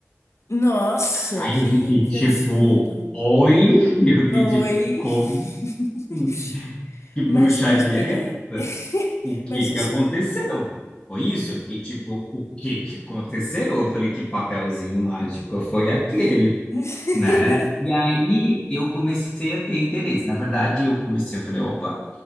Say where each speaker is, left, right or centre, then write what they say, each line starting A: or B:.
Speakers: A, on the left (about 70°); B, on the left (about 20°).
A: Nossa,
B: Aí
A: que,
B: eu fiquei
A: que
B: tipo,
A: absurdo.
B: oi? <laughs> Eu fiquei
A: Oi.
B: tipo, como
A: <laughs>
B: assim? Que bruxaria
A: Mas, mas o que
B: é
A: que.
B: essa?
A: <laughs>
B: O que
A: Mas
B: que
A: isso.
B: aconteceu? Foi isso? Eu fiquei tipo, o que que aconteceu? Eu falei, que papelzinho mágico foi aquele,
A: <laughs>
B: né? E aí eu comecei a ter interesse. Na verdade, eu comecei, eu falei, opa,